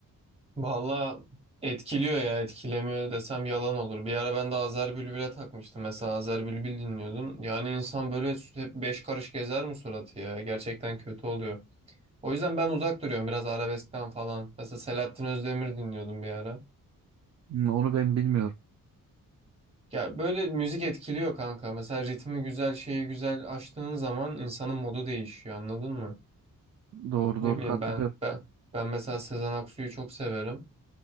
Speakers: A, on the right; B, on the right.
A: Valla etkiliyor ya. Etkilemiyor desem yalan olur. Bir ara ben de Azer Bülbül'e takmıştım. Mesela Azer Bülbül dinliyordum. Yani insan böyle hep beş karış gezer mi suratı ya? Gerçekten kötü oluyor. O yüzden ben uzak duruyorum biraz arabeskten falan. Mesela Selahattin Özdemir dinliyordum bir ara.
B: Hmm, Onu ben bilmiyorum.
A: Ya böyle müzik etkiliyor kanka. Mesela ritmi güzel, şeyi güzel açtığın zaman insanın modu değişiyor anladın mı?
B: Doğru
A: Ne
B: doğru
A: bileyim
B: katılıyorum.
A: ben ben ben mesela Sezen Aksu'yu çok severim.